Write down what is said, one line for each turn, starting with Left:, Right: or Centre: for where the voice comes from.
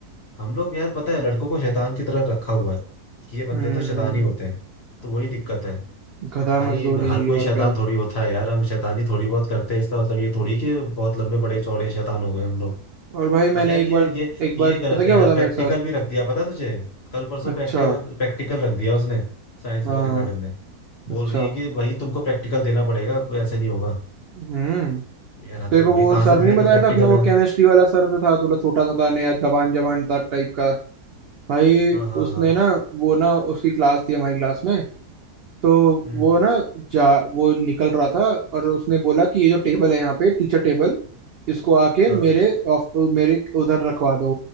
Left: हम लोग यार पता है लड़कों को शैतान की तरह रखा हुआ है कि ये बंदे
Right: हम्म
Left: तो शैतान ही होते हैं तो वही दिक्कत है
Right: गधा
Left: अब भाई
Right: मजदूरी
Left: हर कोई शैतान
Right: और क्या
Left: थोड़ी होता है यार हम शैतानी थोड़ी बहुत करते हैं इसका मतलब ये थोड़ी कि बहुत लंबे बड़े चौड़े शैतान हो गए हम लोग
Right: और भाई
Left: बट
Right: मैंने
Left: यार
Right: एक
Left: ये
Right: बार
Left: ये
Right: एक बार
Left: ये गलत
Right: पता क्या
Left: है यार
Right: हुआ था
Left: प्रैक्टिकल
Right: मेरे साथ
Left: भी रख दिया पता है तुझे कल परसों
Right: अच्छा
Left: प्रैक्टिकल प्रैक्टिकल रख दिया उसने साइंस
Right: हाँ
Left: वाले मैडम ने बोल
Right: अच्छा
Left: रही है कि भाई तुमको प्रैक्टिकल देना पड़ेगा ऐसे नहीं होगा
Right: हम्म
Left: यार हद
Right: तेरे
Left: हो
Right: को वो
Left: गई कहाँ
Right: सर
Left: से दे
Right: नहीं
Left: देंगे
Right: बताया
Left: प्रैक्टिकल
Right: था अपना वो
Left: यार
Right: केमिस्ट्री वाला सर जो था थोड़ा छोटा सा था नया जवान जवान था टाइप का भाई
Left: हाँ हाँ
Right: उसने
Left: हाँ
Right: ना वो ना उसकी क्लास थी हमारी क्लास में तो
Left: हम्म
Right: वो ना जा वो निकल रहा था और उसने बोला कि ये जो टेबल है यहाँ पे टीचर टेबल इसको आके
Left: हाँ
Right: मेरे ऑफ मेरे उधर रखवा दो